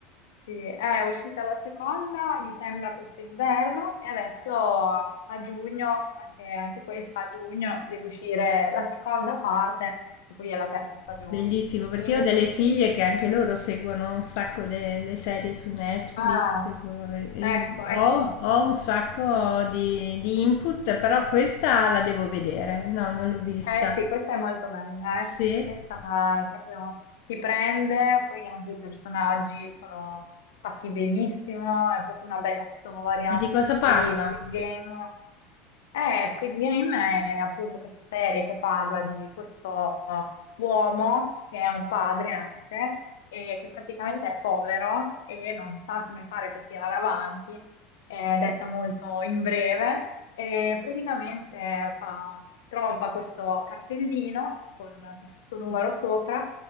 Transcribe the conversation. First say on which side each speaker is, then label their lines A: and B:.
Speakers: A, on the left; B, on the left.
A: sì, è uscita la seconda, mi sembra questo inverno, e adesso a giugno, anche, anche questa a giugno, deve uscire la seconda parte, che poi è la terza stagione.
B: Bellissimo, perché
A: Quindi,
B: io ho delle figlie che anche loro seguono un sacco le, le serie su Netflix.
A: ah,
B: e su- e
A: ecco, ecco.
B: ho, ho un sacco di, di input, però questa la devo vedere. No, non l'ho vista.
A: Eh sì, questa è molto bella,
B: Sì?
A: eh. Questa è proprio ti prende, poi anche i personaggi sono fatti benissimo, è proprio una bella storia.
B: Ma di cosa parla?
A: Poi Squid Game. Eh, Squid Game è appunto questa serie che parla di questo uomo che è un padre anche e che praticamente è povero e non sa come fare per tirare avanti, eh, detta molto in breve, e praticamente fa- trova questo cartellino con questo numero sopra